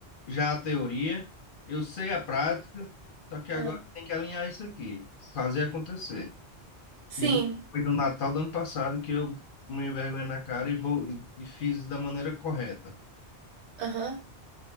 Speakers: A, on the left; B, on the right.
A: já a teoria, eu sei a prática, só que agora
B: Ah.
A: tem que alinhar isso aqui, fazer acontecer.
B: Sim.
A: E essa foi do Natal do ano passado que eu fumei vergonha na cara e vou e e fiz da maneira correta.
B: Aham.